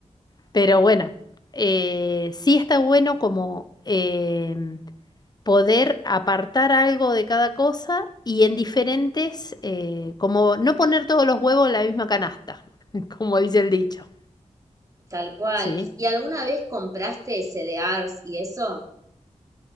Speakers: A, on the left (about 30°); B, on the right (about 25°).
A: Pero bueno, eh, sí está bueno como em, poder apartar algo de cada cosa y en diferentes, eh, como no poner todos los huevos en la misma canasta, <laughs> como dice el dicho.
B: tal cual.
A: Sí.
B: ¿Y alguna vez compraste C CDRs y eso?